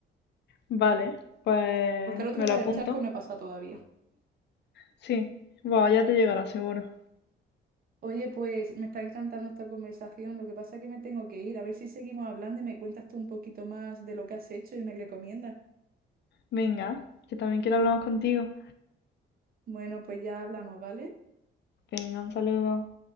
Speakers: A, on the left; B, on the right.
A: Vale, pues
B: porque al otro
A: me
B: lado
A: lo apunto.
B: del charco no he pasado todavía.
A: Sí, bueno, ya te llegará seguro.
B: Oye, pues me está encantando esta conversación, lo que pasa es que me tengo que ir, a ver si seguimos hablando y me cuentas tú un poquito más de lo que has hecho y me recomiendas.
A: Venga, que también quiero hablar más contigo.
B: Bueno, pues ya hablamos, ¿vale?
A: Venga, un saludo.